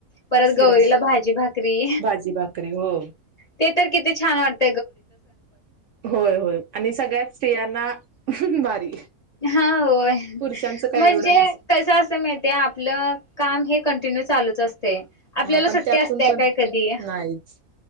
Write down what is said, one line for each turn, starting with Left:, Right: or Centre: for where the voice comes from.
Left: परत
Right: शिरा
Left: गौरीला भाजी भाकरी
Right: भाजी भाकरी हो.
Left: ते तर किती छान वाटत.
Right: होय होय आणि सगळ्यात स्त्रियांना भारी
Left: हा होय
Right: पुरुषांचं काय
Left: म्हणजे
Right: एवढं नस
Left: कस असं माहित आपलं काम हे. कंटिन्यू चालूच असतं आपल्याला
Right: हा पण
Left: सुट्ट्या
Right: त्यातून
Left: असत्या
Right: पण
Left: काय कधी
Right: नाहीच